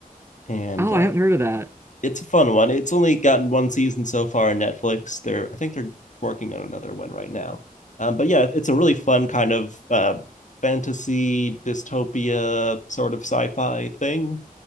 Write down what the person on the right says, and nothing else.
Oh,
I haven't heard of that.